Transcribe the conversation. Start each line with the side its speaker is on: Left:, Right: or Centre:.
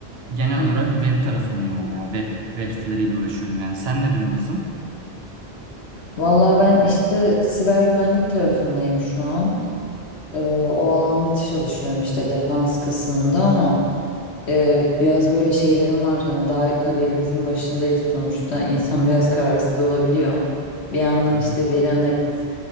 Right: Genel
Left: Hı hı.
Right: olarak web tarafındayım ama ya web web siteleriyle uğraşıyorum yani. Sen ne durumdasın?
Left: Valla ben işte siber güvenlik tarafındayım şu an. Ee, o alanda çalışıyorum işte defans kısmında ama Ee, biraz böyle şeylerim var. Hani daha kariyerimizin başındayız sonuçta. İnsan biraz kararsız olabiliyor. Bir yandan
Right: Hı hı.
Left: işte veri analiz,